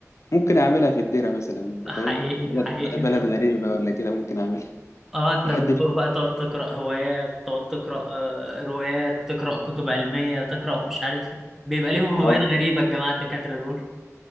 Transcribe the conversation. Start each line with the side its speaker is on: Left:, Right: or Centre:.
Left: ممكن أعملها في الديرة مثلا أنت
Centre: حقيقي
Left: فاهم بلد
Centre: حقيقي
Left: بلد غريبة ولا كده ممكن أعملها
Centre: اه انت
Left: محدش
Centre: دكتور بقى تقعد تقرا هوايات تقعد تقرا آه، روايات تقرا كتب علميه تقرا مش عارف إيه. بيبقى ليهم
Left: أه
Centre: هوايات غريبه الجماعه الدكاتره دول